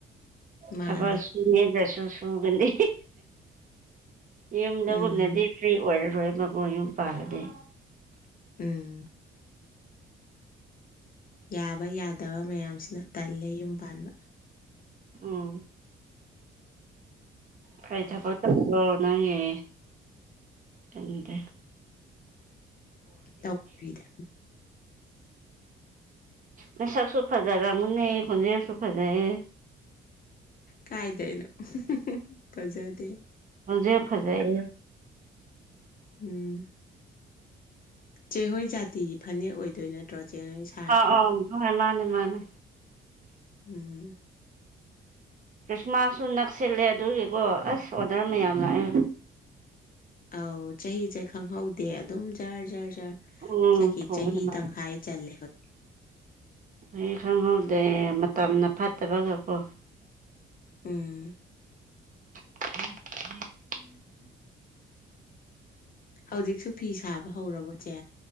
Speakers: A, on the left; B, on the right.
A: ꯃꯥꯅꯦ
B: ꯊꯕꯛ ꯁꯨꯅꯤꯗ꯭ꯔꯁꯨ ꯁꯨꯒꯅꯤ꯫ ꯌꯨꯝꯗꯒꯨꯝꯅꯗꯤ
A: ꯎꯝ
B: ꯐ꯭ꯔꯤ ꯑꯣꯏꯔꯔꯣꯏꯕꯀꯣ ꯌꯨꯝ ꯄꯥꯜꯂꯗꯤ꯫
A: ꯎꯝ ꯌꯥꯕ ꯌꯥꯗꯕ ꯃꯌꯥꯝꯁꯤꯅ ꯇꯜꯂꯦ ꯌꯨꯝ ꯄꯥꯟꯕ
B: ꯎꯝ ꯀꯔꯤ ꯊꯕꯛ ꯇꯧꯕꯣ ꯅꯪꯒꯤ ꯀꯟꯗꯦ
A: ꯇꯧꯕꯤꯗꯦ
B: ꯅꯁꯛꯁꯨ ꯐꯖꯔꯝꯒꯅꯤ ꯈꯣꯟꯖꯦꯜꯁꯨ ꯐꯖꯩ꯫
A: ꯀꯥꯏꯗꯩꯅꯣ ꯐꯖꯗꯦ꯫
B: ꯈꯣꯟꯖꯦꯜ ꯐꯖꯩꯌꯦ꯫
A: ꯎꯝ ꯆꯦꯍꯣꯏ ꯖꯥꯇꯤꯒꯤ ꯐꯅꯦꯛ ꯑꯣꯏꯗꯣꯏ ꯅꯠꯇ꯭ꯔꯣ ꯆꯦ ꯅꯪꯒꯤꯁꯦ
B: ꯑꯣ ꯑꯣ ꯃꯥꯅꯦ ꯃꯥꯅꯦ ꯃꯥꯅꯦ꯫
A: ꯎꯝ
B: ꯈ꯭ꯔꯤꯁꯃꯥꯁꯁꯨ ꯅꯛꯁꯤꯜꯂꯦ ꯑꯗꯨꯒꯤꯀꯣ ꯑꯁ ꯑꯣꯗꯔ ꯃꯌꯥꯝ ꯂꯥꯛꯑꯦ꯫
A: ꯑꯧ ꯆꯍꯤꯁꯦ ꯈꯪꯍꯧꯗꯦ ꯑꯗꯨꯝ ꯖꯥꯔ ꯖꯔ ꯖꯥꯔ
B: ꯎꯝ
A: ꯆꯈꯆꯍꯤ
B: ꯊꯣꯡꯅꯕ
A: ꯇꯪꯈ ꯆꯜꯂꯦꯕ꯫
B: ꯑꯩ ꯈꯪꯍꯧꯗ꯭ꯔꯦ ꯃꯇꯝꯅ ꯐꯠꯇꯕꯒ ꯀꯣ
A: ꯎꯝ
B: <inaudible>
A: <inaudible> ꯍꯧꯖꯤꯛꯁꯨ ꯐꯤ ꯁꯥꯕ ꯍꯧꯔꯕꯣ ꯆꯦ